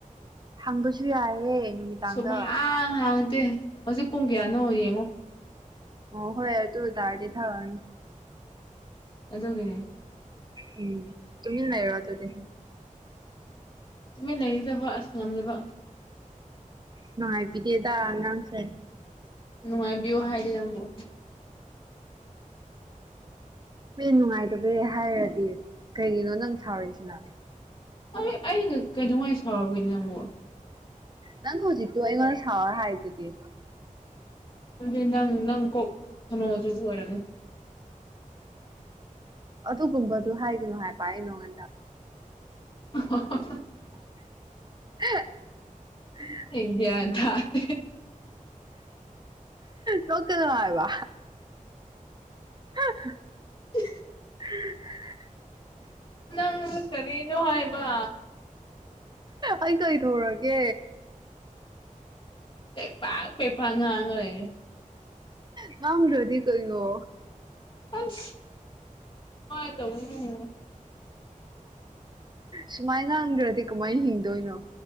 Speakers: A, on the right; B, on the left.
A: ꯍꯥꯡꯕꯁꯨ ꯌꯥꯏꯌꯦ ꯅꯨꯃꯤꯗꯥꯡꯗ
B: ꯁꯨꯞꯍꯥꯡ ꯍꯥꯡꯇꯦ ꯍꯧꯖꯤꯛ ꯄꯨꯡ ꯀꯌꯥꯅꯣ ꯌꯦꯡꯉꯣ
A: ꯑꯣ ꯍꯣꯏ ꯑꯗꯨ ꯇꯔꯥꯗꯤ ꯊꯥꯛ ꯎꯔꯅꯨ
B: ꯑꯗꯨꯒꯤꯅꯤ
A: ꯎꯝ ꯇꯨꯃꯤꯟ ꯂꯩꯔꯣ ꯑꯗꯨꯗꯤ
B: ꯇꯨꯃꯤꯟ ꯂꯩꯒꯗꯕ ꯑꯁ ꯉꯝꯗꯕ
A: ꯅꯨꯡꯉꯥꯏꯕꯤꯗꯦꯗ ꯅꯪꯁꯦ
B: ꯅꯨꯡꯉꯥꯏꯕꯤꯌꯨ ꯍꯥꯏꯗꯦ ꯅꯪꯕꯨ
A: ꯃꯤ ꯅꯨꯡꯉꯥꯏꯇꯕꯗꯩꯩ ꯍꯥꯏꯔꯗꯤ ꯀꯩꯒꯤꯅꯣ ꯅꯪ ꯁꯥꯎꯔꯤꯁꯤꯅ
B: ꯑꯩ ꯑꯩꯩꯅ ꯀꯩꯗꯧꯉꯩ ꯁꯥꯎꯔꯒꯦꯅꯦ ꯅꯪꯕꯨ
A: ꯅꯪ ꯍꯧꯖꯤꯛ ꯇꯨ ꯑꯩꯉꯣꯟꯗ ꯁꯥꯎꯔ ꯍꯥꯏꯗꯨꯗꯤ
B: ꯑꯗꯨꯗꯤ ꯅꯪ ꯅꯪ ꯀꯣꯛ ꯁꯣꯅꯣ ꯆꯨꯕ ꯑꯣꯏꯔꯝꯅꯤ
A: ꯑꯗꯨꯒꯨꯝꯕꯗꯨ ꯍꯥꯏꯒꯅꯨ ꯍꯥꯏꯕ ꯑꯩ ꯅꯉꯣꯟꯗ
B: <unintelligible>
A: <unintelligible>
B: ꯑꯩ ꯒꯌ꯭ꯥꯟ ꯇꯥꯔꯦ
A: ꯅꯣꯛꯀꯥꯅꯨ ꯍꯥꯏꯕ <unintelligible>
B: <unintelligible>
A: <unintelligible>
B: ꯅꯪ ꯀꯔꯤꯅꯣ ꯍꯥꯏꯕ
A: ꯑꯩ ꯀꯩꯗꯧꯔꯒꯦ
B: ꯄꯦꯄꯥꯛ ꯄꯦꯄꯥ ꯉꯥꯡꯔꯒ ꯂꯩꯔꯦ
A: ꯉꯥꯡꯗ꯭ꯔꯗꯤ ꯀꯩꯅꯣ
B: ꯑꯥꯏ꯭ꯁ ꯀꯃꯥꯏ ꯇꯧꯅꯨ
A: ꯁꯨꯃꯥꯏ ꯉꯥꯡꯗ꯭ꯔꯗꯤ ꯀꯃꯥꯏ ꯍꯤꯡꯗꯣꯏꯅꯣ